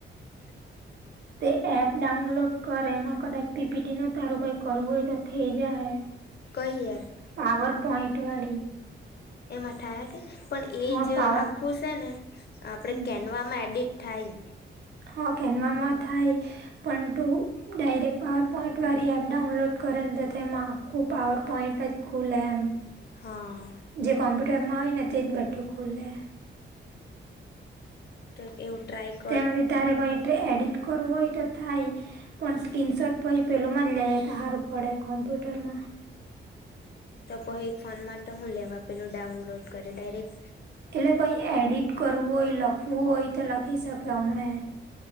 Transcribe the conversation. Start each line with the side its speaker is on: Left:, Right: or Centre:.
Left: <inaudible>
Right: તે એપ ડાઉનલોડ કર એમાં કડાચ પીપીટીનું તારું કઈ કરવું હોય, તો થઇ જાહે.
Left: કઈ ઍપ?
Right: પાવર પોઈન્ટવાળી
Left: એમાં થાય કે? પણ એ
Right: હા
Left: જ
Right: પાવર
Left: આખું સે ને આપણે
Right: હમ
Left: કે કેનવામાં એડિટ થાય
Right: હ કેનવમાં થાય, પણ તું ડાયરેક્ પાવર પોઈન્ટવારી એપ ડાઉનલોડ કરે ન તો તેમાં આખું પાવર પોઈન્ટ જ ખુલ એમ
Left: હા
Right: જે કોમ્પ્યુટરમાં હોય ને તે જ બેઠું ખુલે.
Left: ચલ એવું ટ્રાય ક
Right: તેમથી તારે પોઈટ એડિટ કરવું હોય તો થાય. પણ સ્કીનસોટ પહિ પેલોમાં જ લઇએ તો હારું પડે કોમ્પ્યુટરમાં.
Left: તો પહિ ફોન મા ટે હું લેવા પેલું ડાઉનલોડ કરે ડાયરેક્
Right: એટલે પહિ એડિટ કરવું હોય લખવું હોય તો લખી સકે હમણે.